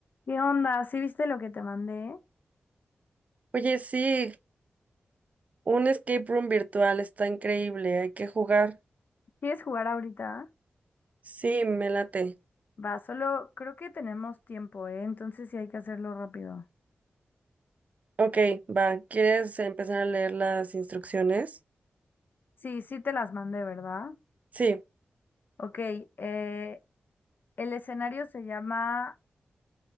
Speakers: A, on the left; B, on the right.
A: ¿Qué onda? ¿Sí viste lo que te mandé?
B: Oye, sí, un escape room virtual está increíble, hay que jugar.
A: ¿Quieres jugar ahorita?
B: Sí, me late.
A: Va, solo creo que tenemos tiempo, ¿eh? Entonces sí hay que hacerlo rápido.
B: Ok, va, ¿quieres empezar a leer las instrucciones?
A: Sí, sí te las mandé, ¿verdad?
B: Sí,
A: Ok, eh, el escenario se llama